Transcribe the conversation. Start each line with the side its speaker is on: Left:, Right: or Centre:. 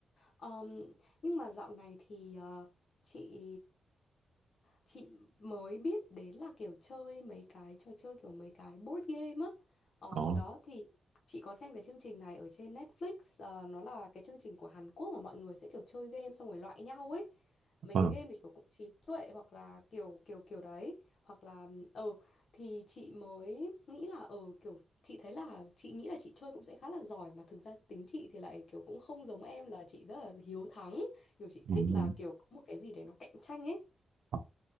Left: Ờm, nhưng mà dạo này thì ờ, chị chị mới biết đến là kiểu chơi mấy cái trò chơi kiểu mấy cái board game á ờ,
Right: ờ
Left: đó thì chị có xem cái chương trình này ở trên Netflix ờ, nó là cái chương trình của Hàn Quốc mà mọi người sẽ kiểu chơi game xong rồi loại nhau ấy mấy
Right: ờ
Left: cái game thì kiểu cũng trí tuệ hoặc là kiểu kiểu kiểu đấy hoặc là ờ thì chị mới nghĩ là ờ kiểu chị thấy là chị nghĩ là chị chơi cũng sẽ khá là giỏi mà thực ra tính chị thì lại kiểu cũng không giống em là chị rất là hiếu thắng kiểu chị
Right: ừ,
Left: thích là
Right: ừ,
Left: kiểu có một cái gì đấy nó cạnh tranh ấy
Right: ờ,